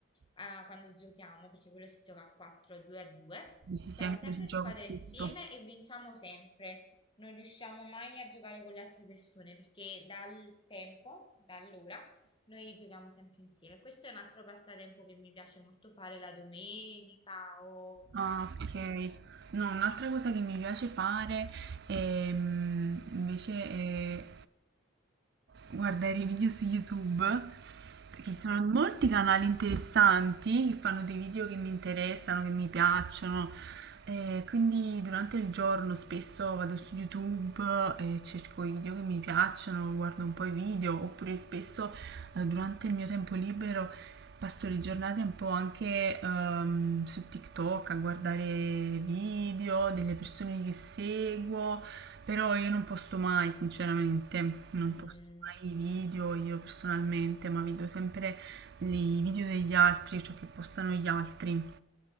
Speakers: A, on the left; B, on the right.
A: ah, quando giochiamo, perché quello si gioca a 4, a 2 a 2.
B: Sì, sì,
A: Siamo
B: sì, anche
A: sempre
B: io ci
A: in
B: gioco
A: squadra
B: spesso.
A: insieme e vinciamo sempre. Non riusciamo mai a giocare con le altre persone perché dal tempo, da allora, noi giochiamo sempre insieme. Questo è un altro passatempo che mi piace molto fare la domenica o
B: Ah,
A: eh,
B: ok.
A: così.
B: No, un'altra cosa che mi piace fare ehm, invece è guardare i video su YouTube, perché
A: Mm.
B: ci sono molti canali interessanti che fanno dei video che mi interessano, che mi piacciono. E quindi durante il giorno spesso vado su YouTube e cerco i video che mi piacciono, guardo un po' i video, oppure spesso eh, durante il mio tempo libero Passo le giornate un po' anche ehm, su TikTok a guardare video delle persone che seguo, però io non posto mai, sinceramente, non
A: Mm.
B: posto mai i video io personalmente, ma vedo sempre i video degli altri, ciò che postano gli altri.